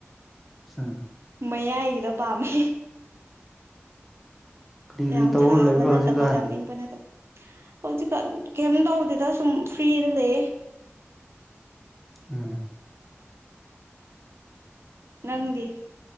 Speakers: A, in the centre; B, on the right.
A: ꯎꯝ
B: ꯃꯌꯥꯏꯒꯤꯗ ꯄꯥꯝꯃꯦ
A: ꯀꯔꯤ ꯀꯔꯤ
B: ꯌꯥꯝ
A: ꯇꯧꯔ
B: ꯁꯥꯕ
A: ꯂꯩꯕ꯭ꯔꯥ
B: ꯅꯠꯇꯕ
A: ꯍꯧꯖꯤꯛꯀꯥꯟ
B: ꯌꯥꯝ ꯏꯪꯕ ꯅꯠꯇꯕ ꯍꯧꯖꯤꯛꯀꯥꯟ ꯀꯩꯝ ꯇꯧꯗꯦꯗ ꯁꯨꯝ ꯐ꯭ꯔꯤꯗ ꯂꯩꯌꯦ
A: ꯎꯝ
B: ꯅꯪꯗꯤ